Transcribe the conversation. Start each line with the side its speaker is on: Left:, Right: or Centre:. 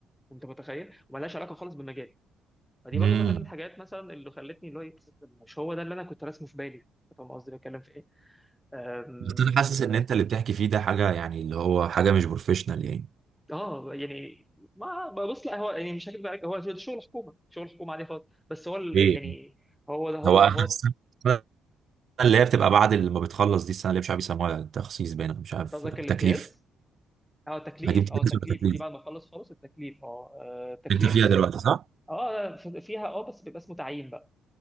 Centre: انت متخيل وملهاش علاقه خالص بالمجال فدي برضو
Right: امم
Centre: من ضمن الحاجات مثلا اللي خلتني اللي هو إيه، مش هو ده اللي انا كنت راسمه في بالي انت فاهم قصدي بتكلم في ايه أم،
Right: بس انا حاسس ان انت اللي بتحكي فيه ده حاجة يعني اللي هو حاجة مش بروفيشنال يعني
Centre: اه يعني ما بص لا هو يعني مش هكذب عليك هو ده شغل حكومه شغل حكومه عادي خالص بس هو ال-
Right: ايه
Centre: يعني هو ده هو
Right: هو
Centre: ده هو
Right: <laughs> اللي هي بتبقى بعد اللي ما بتخلص دي السنه اللي مش عارف يسموها تخصيص باين أو مش عارف
Centre: انت قصدك
Right: تكليف
Centre: الامتياز اه التكليف
Right: ما دي امتياز
Centre: اه التكليف
Right: ولا تكليف
Centre: دي بعد ما اخلص خالص التكليف اه آه، التكليف
Right: انت فيها دلوقتي صح؟
Centre: اه ف- فيها اه بس بيبقى اسمه تعيين بقى